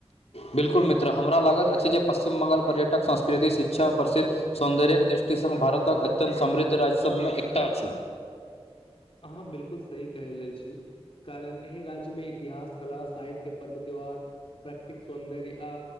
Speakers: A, on the left; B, on the left.
A: बिल्कुल मित्र हमरा लागत अछि जे पश्चिम बंगाल पर्यटक संस्कृति शिक्षा प्रिद्ध सौन्दर्य्यक दृष्टि श्यक्तिसङघ भारतक अत्यन् समृद्ध राज्य सभमे एकटा अछि
B: अहाँ बिलकुल सही कह रहल छी कारण एहि राज्य राज्य मे इतिहास कला साहित्य पर्व त्यौहार प्राकृतिक सौन्दर्य आ